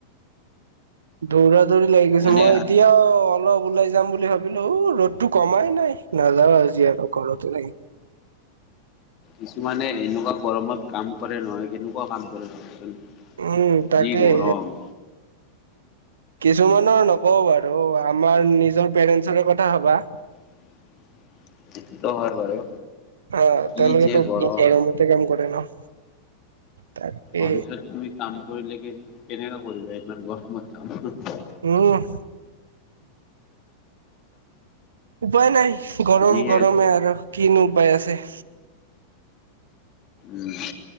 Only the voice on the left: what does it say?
এনে
কিছুমানে এনেকুৱা গৰমত কাম কৰে নহয় কেনেকুৱা কাম কৰে ভাৱচোন
যি গৰম
<inaudible> সেইটো হয় বাৰু
কি
যে গৰম।
অফিচত তুমি কাম কৰিলে কি কেনেকা কৰিবা ইমান গৰমত কাম
যিহে
উম।